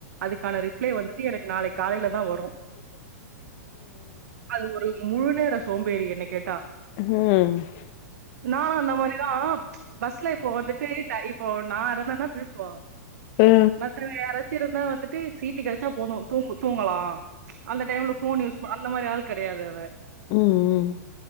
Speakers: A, on the right; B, on the left.
A: அதுக்கான ரிப்ளை வந்துட்டு எனக்கு நாளைக் காலைல தா வரும் அது ஒரு முழு நேர சோம் பேறி என்ன கேட்டா
B: அஹ
A: நால்லா அந்த மாறிதா பஸ்ல இப்ப வந்துட்டு ட்டா இப்போ நா இருந்தன்னா பேசுவா
B: ப்பு
A: மத்தங்க யாறாச்சி இருந்தா வந்துட்டு சீட்டு கிடைச்சா போதும் தூங்கு தூங்கலா அந்த டைம்ல ஃபோன் யூஸ் அந்த மாறி ஆள் கிடையாது அவ
B: ம் ம்